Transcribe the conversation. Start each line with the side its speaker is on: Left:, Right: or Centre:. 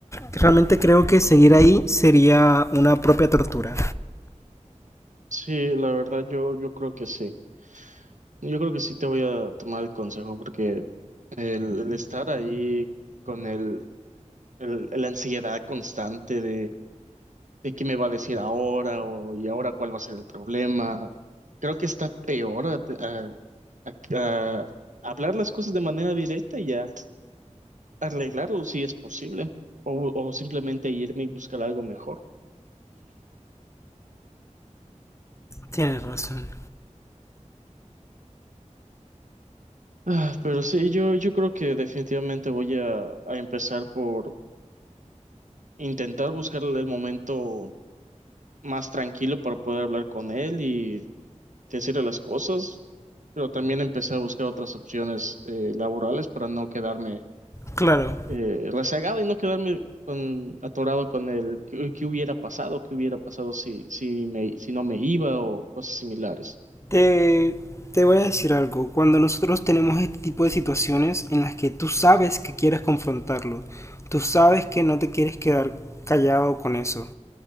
Left: realmente creo que seguir ahí sería una propia tortura.
Right: Sí, la verdad yo, yo creo que sí. Yo creo que sí te voy a tomar el consejo porque el, el estar ahí con el, el- la ansiedad constante de qué me va a decir ahora o y ahora cuál va a ser el problema. Creo que está peor a, a- a- a hablar las cosas de manera directa y a arreglarlo si es posible o, o simplemente irme y buscar algo mejor.
Left: Tienes razón.
Right: Ah, pero sí, yo, yo creo que definitivamente voy a, a empezar por intentar buscar el momento más tranquilo para poder hablar con él y decirle las cosas, pero también empecé a buscar otras opciones eh, laborales para no quedarme
Left: Claro,
Right: eh, rezagada y no quedarme con- atorado con el qué, qué hubiera pasado, qué hubiera pasado si, si, me, si no me iba o cosas similares.
Left: Te, te voy a decir algo. Cuando nosotros tenemos este tipo de situaciones en las que tú sabes que quieres confrontarlo, tú sabes que no te quieres quedar callado con eso,